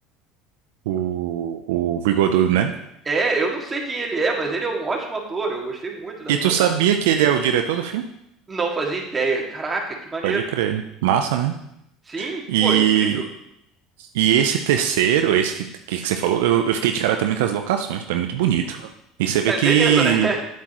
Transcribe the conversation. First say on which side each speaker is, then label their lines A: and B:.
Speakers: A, on the right; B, on the right.
A: O, o Bigodudo, né?
B: É, eu não sei quem ele é, mas ele é um ótimo ator. Eu gostei muito da
A: E
B: atuação
A: tu sabia
B: dele.
A: que ele é o diretor do filme?
B: Não fazia ideia. Caraca, que maneiro.
A: Pode crer. Massa, né?
B: Sim,
A: E,
B: pô, incrível.
A: e esse terceiro, esse que, que, que você falou, eu, eu fiquei de cara também com as locações, pô, é muito bonito. E você vê
B: É
A: que.
B: Veneza, né? <laughs>